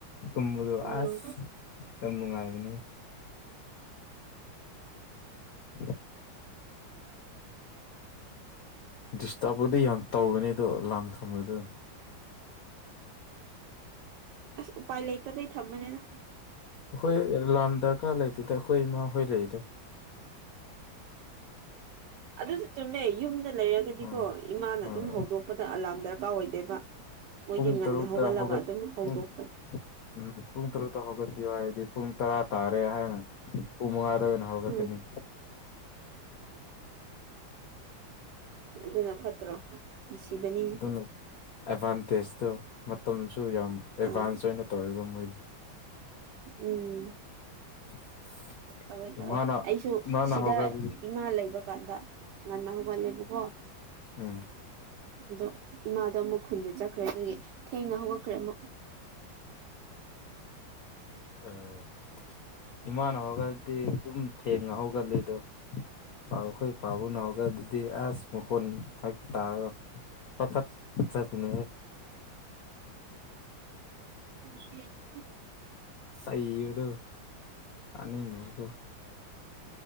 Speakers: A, on the left (about 60°); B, on the right (about 70°).
A: ꯇꯨꯝꯕꯗꯣ
B: ꯎꯝ
A: ꯑꯁ ꯌꯥꯝ ꯅꯨꯡꯉꯥꯏꯕꯅꯤ <inaudible> ꯗꯤꯁꯇꯔꯕꯄꯨꯗꯤ ꯌꯥꯝ ꯇꯧꯕꯅꯦ ꯑꯗꯣ ꯑꯂꯥꯝ ꯊꯝꯕꯗ
B: ꯑꯁ ꯎꯄꯥꯏ ꯂꯩꯇꯕꯩ ꯊꯝꯕꯅꯦꯗꯥ
A: ꯑꯩꯈꯣꯏ ꯑꯦꯂꯥꯝ ꯗꯔꯀꯥꯔ ꯂꯩꯇꯦꯗ ꯑꯩꯈꯣꯏ ꯏꯃꯥꯍꯣꯏ ꯂꯩꯗ
B: ꯑꯗꯨꯁꯨ ꯆꯨꯝꯃꯦ ꯌꯨꯝꯗ ꯂꯩꯔꯒꯗꯤꯀꯣ
A: ꯑꯥ
B: ꯏꯃꯥꯅ
A: ꯍꯣꯏ
B: ꯑꯗꯨꯝ ꯍꯧꯗꯣꯛ ꯄꯄꯗ ꯑꯂꯥꯔꯝ ꯗꯔꯀꯥꯔ ꯑꯣꯏꯗꯣꯏꯕ ꯃꯣꯏꯒꯤ
A: ꯄꯨꯡ
B: ꯉꯟꯅ
A: ꯇꯔꯨꯛꯇ
B: ꯍꯧꯒꯠꯂꯒ
A: ꯍꯧꯒꯠ
B: ꯑꯗꯨꯝ ꯍꯧꯗꯣꯛꯄꯅꯤ
A: ꯄꯨꯡ ꯎꯝ ꯄꯨꯡ ꯇꯔꯨꯛꯇ ꯍꯧꯒꯠꯄꯤꯌꯣ ꯍꯥꯏꯔꯗꯤ ꯄꯨꯡ ꯇꯔꯥ ꯇꯥꯔꯦ ꯍꯥꯏꯅ ꯄꯨꯡ ꯃꯉꯥꯗꯕꯅꯑꯣꯏꯅ ꯍꯧꯒꯠꯀꯅꯤ
B: ꯎꯝ ꯑꯗꯨꯅ ꯐꯠꯇ꯭ꯔꯣ ꯅꯨꯁꯤꯕꯅꯤ
A: ꯑꯗꯨꯅ ꯑꯦꯗꯚꯥꯟꯇꯦꯖꯇꯣ ꯃꯇꯝꯁꯨ ꯌꯥꯝ ꯑꯦꯗꯚꯥꯟꯁ
B: ꯑꯥ
A: ꯑꯣꯏꯅ ꯇꯧꯋꯦꯕ ꯃꯣꯏꯗ
B: ꯎꯝ
A: <inaudible>
B: ꯇꯧꯋꯦ ꯇꯧꯋꯦ
A: ꯏꯃꯥꯅ
B: ꯑꯩꯁꯨ
A: ꯏꯃꯥꯅ
B: ꯁꯤꯗ
A: ꯍꯧꯒꯠꯕꯗꯤ
B: ꯏꯃꯥ ꯂꯩꯕ ꯀꯥꯟꯗ ꯉꯟꯅ ꯍꯧꯒꯜꯂꯦꯕꯀꯣ
A: ꯎꯝ
B: ꯑꯗꯣ ꯏꯃꯥꯗꯣ ꯑꯃꯨꯛ ꯈꯨꯟꯗ ꯆꯠꯈ꯭ꯔꯦ ꯑꯗꯨꯒꯤ ꯊꯦꯡꯅ ꯍꯧꯒꯠꯈ꯭ꯔꯦ ꯑꯃꯨꯛ
A: ꯑꯣ ꯏꯃꯥꯟ ꯍ ꯈꯗꯤ ꯑꯗꯨꯝ ꯊꯦꯡꯉ ꯍꯧꯒꯠꯂ ꯑꯗꯣ ꯄꯥꯎꯈꯣꯏ ꯄꯥꯕꯅꯍꯒ ꯑꯗꯨꯗꯤ ꯑꯁ ꯃꯣꯟ ꯐ ꯇꯥ ꯄꯇꯠ ꯆꯕꯅꯦ
B: ꯍꯥꯏ
A: ꯁꯩꯨꯗꯣ ꯇꯅꯤꯡ ꯂꯒꯣ